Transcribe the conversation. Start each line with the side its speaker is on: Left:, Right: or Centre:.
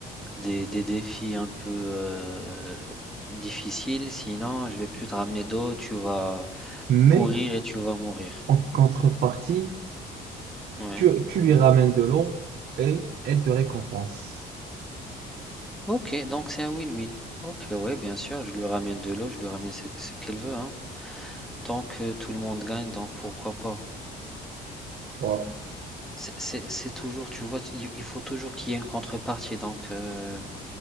Centre: des, des défis un peu euh, difficiles, sinon je vais plus te ramener d'eau, tu vas
Right: Mais
Centre: pourrir et tu vas mourir.
Right: en contrepartie,
Centre: Ouais.
Right: tu, tu lui ramènes de l'eau et elle te récompense.
Centre: Ok, donc c'est un win-win. Ok, ouais, bien sûr, je lui ramène de l'eau, je lui ramène ce, ce qu'elle veut, hein. Tant que tout le monde gagne, donc pourquoi pas.
Right: Voilà.
Centre: C'est c'est- c'est toujours, tu vois, il, il faut toujours qu'il y ait une contrepartie, donc euh,